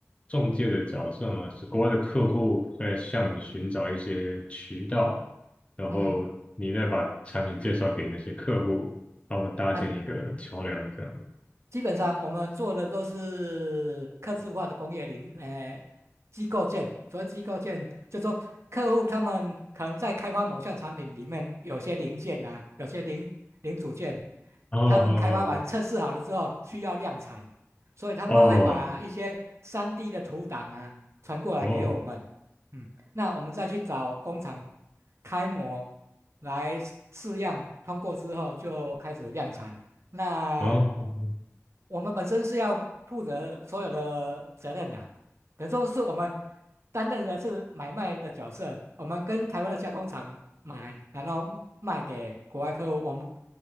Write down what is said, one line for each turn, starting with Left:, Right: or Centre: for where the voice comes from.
Left: 中介的角色嘛，是国外的客户在向你寻找一些渠道，然后你再把产品介绍给那些客户，
Right: 嗯。
Left: 帮我们搭建一个桥梁这样子。
Right: 那基本上我们做的都是客制化的工业零，呃，机构件。所谓机构件，就说客户他们可能在开发某项产品里面，有些零件啊，有些零零组件，
Left: 哦哦
Right: 他们开发完测试好了之后需要量产，所以他们会把一些
Left: 哦
Right: 3D 的图档啊传过来给我们，
Left: 哦
Right: 嗯，那我们再去找工厂开模来试试样，通过之后就开始量产。那
Left: 哦哦
Right: 我们本身是要负责所有的责任的，等于说是我们担任的是买卖的角色，我们跟台湾的加工厂买，然后卖给国外客户，我们